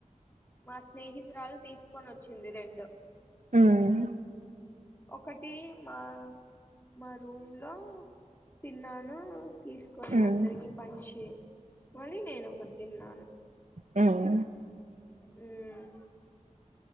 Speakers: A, on the left; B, on the right.
A: మా స్నేహితురాలు తీసుకోనొచ్చింది రెండు
B: మ్మ్
A: ఒకటి మా మా రూమ్ లో తిన్నాను తీసుకొని
B: ఉమ్
A: అందరికి పంచి మళ్ళీ నేను ఒకటి తిన్నాను
B: మ్మ్
A: మ్మ్